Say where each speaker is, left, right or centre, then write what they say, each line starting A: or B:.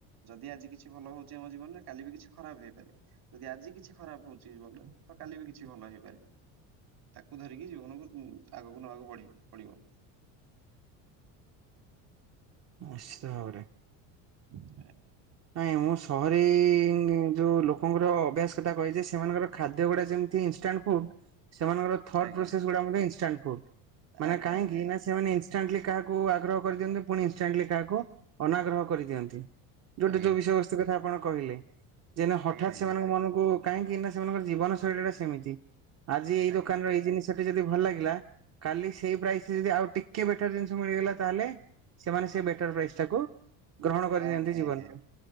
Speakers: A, on the right (about 60°); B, on the right (about 40°).
A: ଯଦି ଆଜି କିଛି ଭଲ ହଉଛି ଆମ ଜୀବନରେ କାଲି ବି କିଛି ଖରାପ ହେଇପାରେ ଯଦି ଆଜି କିଛି ଖରାପ ହଉଛି ଜୀବନ ରେ ତ କାଲି ବି କିଛି ଭଲ ହେଇପାରେ। ତାକୁ ଧରିକି ଜୀବନକୁ ଆଗକୁ ନବାକୁ ପଢ଼ିବ ପଡ଼ିବ।
B: ନିଶ୍ଚିତ ଭାବରେ।
A: <inaudible>
B: ନାଇଁ ମୁଁ ସହରୀ ଯୋଉ ଲୋକଙ୍କର ଅଭ୍ୟାସ କଥା କହିଛି ସେମାନଙ୍କର ଖାଦ୍ୟ ଗୁଡ଼ା ଯେମତି ଇନସଟାଣ୍ଟ ସେମାନଙ୍କର ଥର୍ଡ
A: ଆଜ୍ଞା
B: ପ୍ରୋସେଶ୍ ଗୁଡ଼ା <unintelligible> ମାନେ
A: ଆଜ୍ଞା
B: କାହିଁକି
A: ଆଜ୍ଞା ଆଜ୍ଞା।
B: ନା ସେମାନେ ଇନ୍ସ ଇନଷ୍ଟାଣ୍ଟଲି କାହାକୁ ଆଗ୍ରହ କରିଦିଅନ୍ତି ପୁଣି ଇନଷ୍ଟାଣ୍ଟଲି କାହାକୁ ଅନାଗ୍ରହ କରିଦିଅନ୍ତି। ଯୋଉଟା
A: ଆଜ୍ଞା
B: ଯୋଉ ବିଷୟବସ୍ତୁ କଥା ଆପଣ କହିଲେ ଯେନା ହଠାତ୍
A: ଆଜ୍ଞା
B: ସେମାନଙ୍କ ମନକୁ କାହିଁକି ନା ସେମାନଙ୍କର ଜୀବନ ଶୈଳୀ ଟା ସେମିତି ଆଜି ଏଇ
A: ଆଜ୍ଞା
B: ଦୋକାନ ର ଏଇ ଜିନିଷ ଯଦି ଭଲ ଲାଗିଲା କାଲି ସେଇ ପ୍ରାଇସରେ ଯଦି ଆଉ ଟିକେ ବେଟର ଜିନିଷ ମିଳିଗଲା ତାହେଲେ ସେମାନେ ସେ ବେଟର ପ୍ରାଇସ୍ ଟାକୁ ଗ୍ରହଣ କରିନିଅନ୍ତି
A: ଆଜ୍ଞା ଆଜ୍ଞା ଆଜ୍ଞା
B: ଜୀବନରେ